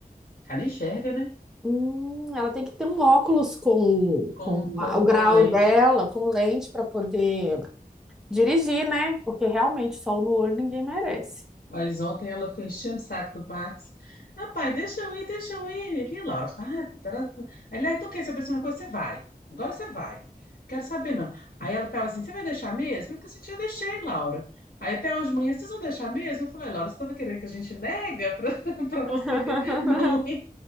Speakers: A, on the left (about 80°); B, in the centre.
A: ela nem enxerga, né?
B: Hum, ela tem que ter um óculos com,
A: Com,
B: com
A: com,
B: a- o grau
A: com lente.
B: dela, com lente, para poder dirigir, né? Porque realmente sol no olho ninguém merece.
A: Mas ontem ela ficou enchendo o saco do Max. Ah, pai, deixa eu ir, deixa eu ir. Ele, "Ih, Laura, para. tará." Aí ele, ah, então quer saber se uma coisa? Você vai. Agora você vai. Quero saber, não. Aí ela ficava assim, você vai deixar mesmo? Eu falei assim, já deixei, Laura. Aí até hoje de manhã, vocês vão deixar mesmo? Eu falei, Laura, você tá querendo que a gente nega para <laughs> pra você
B: <laughs>
A: não ir?